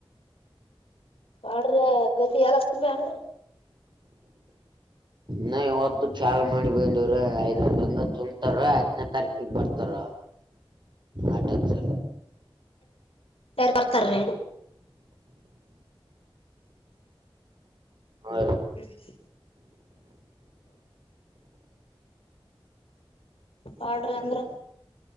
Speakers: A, on the left; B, on the right.
A: ಬಾಡ್ರ ಗದ್ದಿ ಎಲ್ಲ ತುಅನ್ರಿ
B: ನ ಇವತ್ತು ಚಾ ಮಾಡಿ ಬಂದವ್ರ ಐದ್ರಂದ ತುಂಬತಾರ ಹತ್ತನೇ ತಾರೀಕಿಗೆ ಬರ್ತಾರ
A: <inaudible>
B: ಆಟ ಸರ
A: ತಾರ ಬರ್ತಾರೀ
B: ಹ
A: <inaudible> ಪೌಡ್ರಿ ಅಂದ್ರ